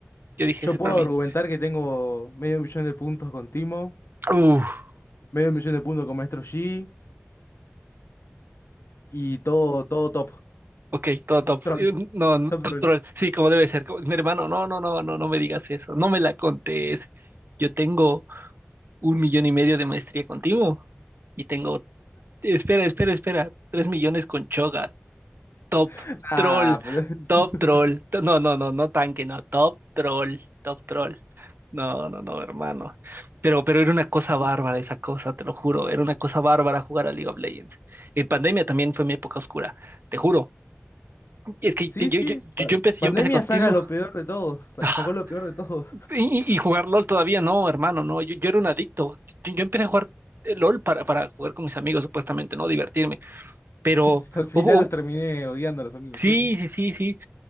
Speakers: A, on the right; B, on the left.
A: Yo dije,
B: Yo
A: ese es
B: puedo
A: para mí.
B: argumentar que tengo medio millón de puntos con Timo.
A: Uf,
B: Medio millón de puntos con Maestro Yi y todo, todo top.
A: Ok, todo top.
B: Top troll,
A: Eh, No, no,
B: top
A: top
B: troll.
A: troll. Sí, como debe ser. como- mi hermano, no, no, no, no, no me digas eso. No me la contés. Yo tengo un millón y medio de maestría contigo. Y tengo, espera, espera, espera. Tres millones con Choga. Top
B: <laughs> Ah,
A: troll.
B: pero-
A: Top
B: <laughs> no
A: troll.
B: sé.
A: To- No, no, no, no tanque, no. Top troll. Top troll. No, no, no, hermano. Pero, pero era una cosa bárbara esa cosa, te lo juro. Era una cosa bárbara jugar a League of Legends. En pandemia también fue mi época oscura, te juro. Es que
B: Sí,
A: te- yo,
B: sí.
A: yo, yo,
B: pa-
A: yo empecé,
B: Pandemia
A: yo empecé con Timo.
B: saca lo peor de todos. sa-
A: Ah,
B: Sacó lo peor de todos.
A: Y, y jugar LOL todavía no, hermano, no. Yo, yo era un adicto. Yo, yo empecé a jugar eh, LOL para, para jugar con mis amigos, supuestamente, ¿no? Divertirme. Pero
B: <laughs> Al final
A: hubo, hubo-
B: los terminé odiando a los amigos,
A: sí,
B: sí.
A: sí, sí, sí.